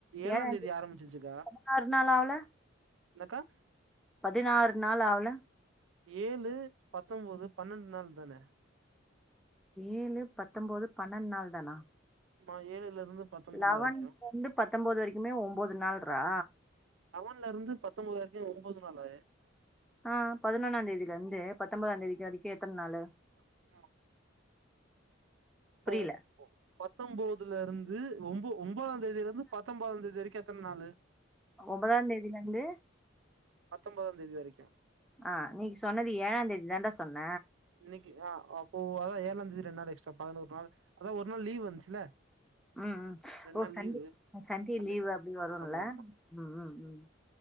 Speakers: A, on the right (about 80°); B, in the centre.
A: ஏழாந்
B: ஏழாம் தேதி
A: ஆரம்பிச்சிச்சுக்கா
B: பதினாறு நாள் ஆவல
A: என்னக்கா
B: பதினாறு நாள் ஆவல
A: ஏழு பத்தொன்பது பன்ரெண்டு நாள் தானே
B: ஏழு பத்தொன்பது பன்ரெண்டு நாள் தானா
A: ஆமா ஏழுல இருந்து பத்தொம்போது
B: லவன்
A: வரைக்கு
B: வந்து பத்தொன்பது வரைக்குமே ஒன்பது நாள் ரா
A: லவன்ல இருந்து பத்தொன்பது வரைக்கும் ஒன்பது நாளே
B: ஆ பதினொன்னான் தேதில இருந்து பத்தொன்பதாம் தேதிக்கு வரைக்கும் எத்தன நாளு
A: <unintelligible>
B: புரியல.
A: ஒ பத்தொன்பது ல இருந்து ஒன்பே ஒன்பதாம் தேதிலிருந்து பத்தொன்பதாம் தேதி வரைக்கும் எத்தன நாளு
B: ஒன்பதாம் தேதிலந்து
A: பத்தொன்பதாம் தேதி வரைக்கும்
B: ஆ நீ சொன்னது ஏழாம் தேதி தான்டா சொன்ன
A: இன்னைக்கு ஆ அப்போ அதான் ஏழாம்ந்த தேதி ரெண்டு நாள் எக்ஸ்ட்ராா பதினோரு நாள் அதான் ஒரு நாள் லீவ் வந்துச்சுல
B: ம் ம்
A: ரெண்டு
B: ஓ
A: நாள்
B: Sunday
A: leave
B: Sunday leave
A: Sunday
B: அப்டி வரும்ல
A: ஆமா
B: ம் ம் ம்